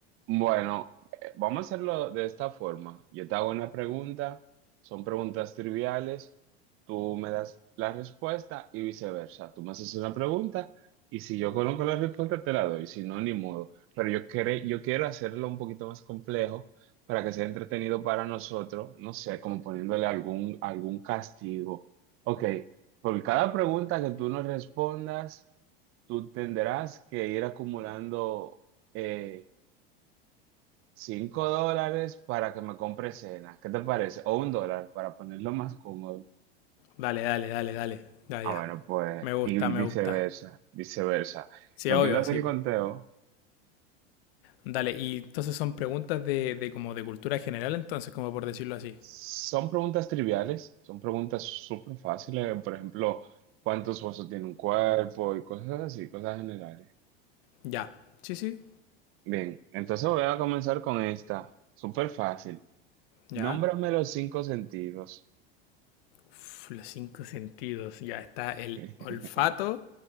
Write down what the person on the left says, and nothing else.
Dale, dale, dale, dale. Ya,
ya.
Me gusta,
me
gusta.
Sí,
obvio,
sí.
Dale, y entonces son preguntas de, de como de cultura general, entonces, como por decirlo así.
Ya. Sí, sí,
ya.
Uf, los cinco sentidos. Ya está el
olfato,